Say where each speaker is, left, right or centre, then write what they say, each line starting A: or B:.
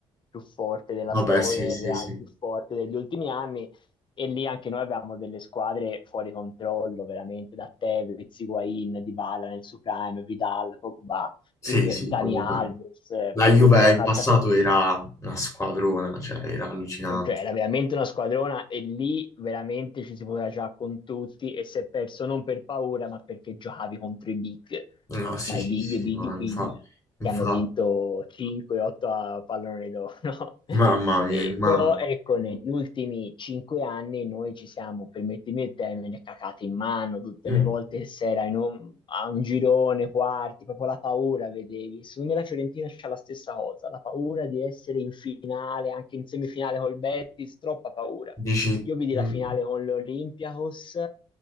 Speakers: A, on the left; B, on the left.
A: più forte della
B: Vabbè,
A: storia
B: sì,
A: e
B: sì,
A: il Real
B: sì.
A: più forte degli ultimi anni, e lì anche noi avevamo delle squadre fuori controllo, veramente, da Tevez, Higuain, Dybala nel suo prime, Vidal, Pogba,
B: Sì,
A: tutti,
B: sì,
A: Dani
B: comunque.
A: Alves,
B: La
A: Pirlo,
B: Juve in
A: calciatori
B: passato era una squadrona, cioè era allucinante.
A: cioè, era veramente una squadrona e lì veramente ci si poteva giocare con tutti e si è perso non per paura, ma perché giocavi contro i big,
B: No, sì,
A: ma i
B: sì,
A: big,
B: sì,
A: big,
B: ma infa,
A: big,
B: infa,
A: che hanno vinto 5-8 a pallone d'oro. <laughs> no?
B: mamma mia,
A: E,
B: ma
A: però ecco, negli ultimi 5 anni e noi ci siamo, permettimi il termine, cacate in mano tutte
B: mm,
A: le volte che si era in un, a un girone, quarti, proprio la paura, vedevi. Secondo me la Fiorentina c'ha la stessa cosa, la paura di essere in finale, anche in semifinale col Betis, troppa paura.
B: dici,
A: Io vidi
B: mm,
A: la finale con l'Olympiacos,